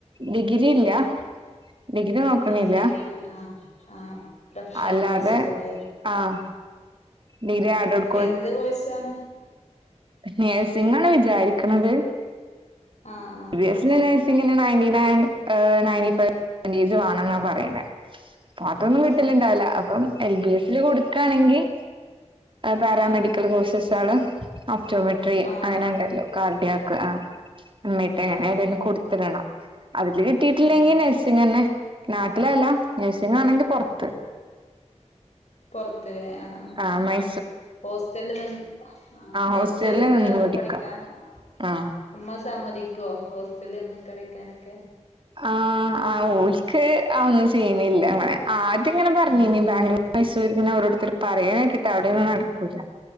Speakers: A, on the right; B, on the left.
A: ഡിഗ്രി ഇല്ല
B: ആ
A: ഡിഗ്രി നോക്കണില്ല
B: ആ ഡിഗ്രില്ല ആ ആ പ്രൊഫഷണൽ
A: അല്ലാതെ
B: കോഴ്സുകളുണ്ട്
A: ആഹ് ഡിഗ്രി ആഡഡ്
B: എന്ത് കോഴ്സാണ്
A: നേഴ്സിങ്ങാണ് വിചാരിക്കണത്
B: ആഹ്
A: ബി
B: ആഹ്
A: എസ് സി നഴ്സിംഗ നയന്റ്റ നയ ന വ് പേജ് വേണെംന്നാ പറയുന്നേ പാത്തൊന്നും
B: ആഹ്
A: കിട്ടലിണ്ടാവില്ല അപ്പം എൽ ബി എസിൽ കൊടുക്കാണെങ്കിൽ പാരാമെഡിക്കൽ
B: ആഹ്
A: കോഴ്സസ് ആണ് ഉ ജോമെട്രി
B: ആഹ് ആഹ് ആഹ് ആഹ്
A: അങ്ങനെ ഉണ്ടല്ലോ കാർഡിയാക്ക് ആ അമ്മേട്ടാ
B: ആഹ്
A: ഞാൻ
B: ആഹ്
A: ഏതും
B: ആഹ്
A: കൊടുത്തിടണം അതില് കിട്ടിയിട്ടില്ലെങ്കി
B: ആഹ്
A: നഴ്സിംഗ് തന്നെ നാട്ടിലല്ല നഴ്സിംഗ് ആണെങ്കി പൊർത്ത്
B: പൊറത്ത് ല്ലേ? ആഹ് ആഹ്
A: ആ മൈ
B: ഹോസ്റ്റലിൽ നിന്ന് ആ ഹോസ്റ്റലി
A: ഹോസ്റ്റലില്
B: നിന്നതാ
A: നിന്ന് പഠിക്കാം
B: പഠിക്കാൻ ആ
A: ആ
B: അമ്മ സാമ്പ കടിക്കോ ഹോസ്റ്റലിൽ നിന്നും കളിക്കാനൊക്കെ
A: ആ ആ ഓക്ക് ഒന്നും ചെയ്യുന്നില്ല മനെ ആദ്യം ഇങ്ങനെ പറഞ്ഞിന്
B: ആഹ്
A: ബാംഗ്ലൂർ ന അവരോടുത്തര് പറയാനായിട്ടിട്ട് അവിടെ ഒന്നും നടക്കൂല്ല